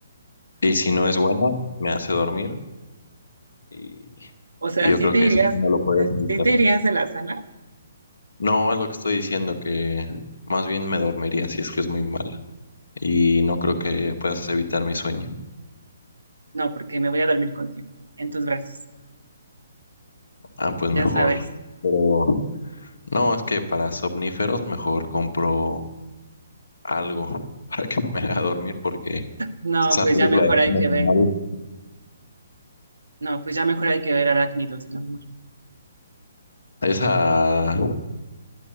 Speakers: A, on the left; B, on the right.
A: Y si no es buena, me hace dormir y,
B: O sea,
A: y yo
B: ¿sí
A: creo
B: te
A: que
B: irías,
A: eso no lo podrías evitar.
B: sí te irías de la sala?
A: No, es lo que estoy diciendo, que más bien me dormiría si es que es muy mala. y no creo que puedas evitar mi sueño.
B: No, porque me voy a dormir contigo, en tus brazos,
A: Ah, pues
B: ya
A: mejor.
B: sabes.
A: Pero no, es que para somníferos mejor compro algo <laughs> para que me haga dormir porque
B: No,
A: esa
B: pues
A: película
B: ya mejor
A: de
B: hay
A: Destino
B: que
A: Final,
B: ver, no, pues ya mejor hay que ver Arácnidos, mi amor.
A: esa